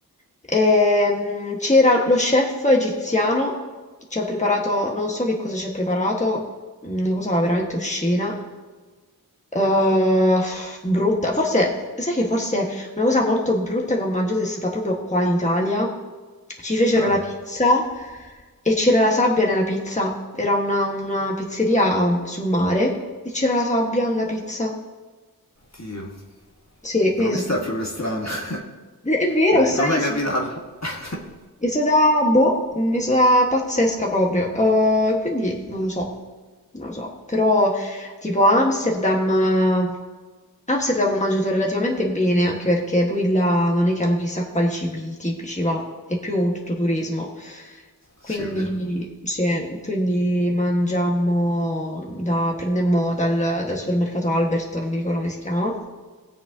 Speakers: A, on the left; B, on the left.
A: Ehm, c'era lo chef egiziano, ci ha preparato, non so che cosa ci ha preparato, una cosa veramente oscena. Eh, brutta, forse, sai che forse una cosa molto brutta che ho mangiato è stata proprio qua in Italia. Ci fecero
B: Ah,
A: la pizza e c'era la sabbia nella pizza. Era una, una pizzeria um, sul mare e c'era la sabbia nella pizza.
B: Dio.
A: Sì, quindi
B: No, questa
A: sono-
B: è proprio strana. <laughs>
A: È vero,
B: Non mi
A: stranissimo.
B: non mi è mai capitato. <laughs>
A: È stata, boh, è stata pazzesca proprio. Eh, quindi non lo so, non lo so. Però tipo a Amsterdam, Amsterdam ho mangiato relativamente bene, anche perché poi là non è che hanno chissà quali cibi tipici, va, è più tutto turismo. Quindi,
B: Sì, è vero.
A: sì, quindi mangiammo, da, prendemmo dal, dal supermercato Albert, non mi ricordo come si chiama,